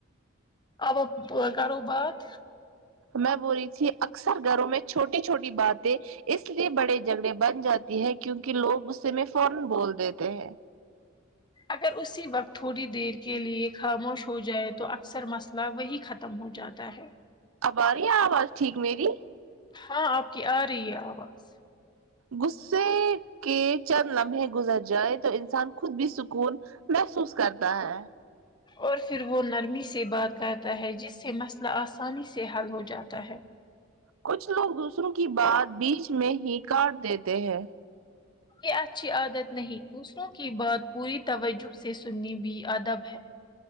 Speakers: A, on the left (about 20°); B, on the right (about 75°).
A: اب آپ کرو بات
B: میں بول رہی تھی اکثر گھروں میں چھوٹی چھوٹی باتیں اس لیے بڑے جھگڑے بن جاتی ہے کیونکہ لوگ غصے میں فورن بول دیتے ہیں
A: اگر اسی وقت تھوڑی دیر کے لیے خاموش ہو جائے تو اکثر مسئلہ وہی ختم ختم ہو جاتا ہے
B: اب آرہی ہے آواز ٹھیک میری
A: ہاں آپ کی آ رہی ہے آواز
B: غصے کے چند لمحے گزر جائیں تو انسان خود بھی سکون محسوس کرتا ہے
A: اور پھر وہ نرمی سے بات کرتا ہے جس سے مسئلہ آسانی سے حل ہو جاتا ہے
B: کچھ لوگ دوسروں کی بات بیچ میں ہی کاٹ دیتے ہیں
A: یہ اچھی عادت نہیں دوسروں کی بات پوری توجہ سے سنی بھی ادب ہے